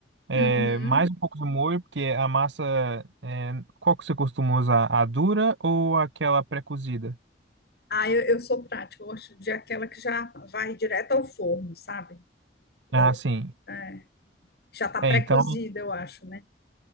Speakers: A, on the right; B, on the left.
A: é,
B: uhum.
A: mais um pouco de molho, porque a massa, é, qual que você costuma usar? A dura ou aquela pré-cozida?
B: Ah, eu, eu sou prática, eu gosto de aquela que já vai direto ao forno, sabe? Eu,
A: Ah, sim.
B: é, já tá pré-cozida,
A: É, então,
B: eu acho, né?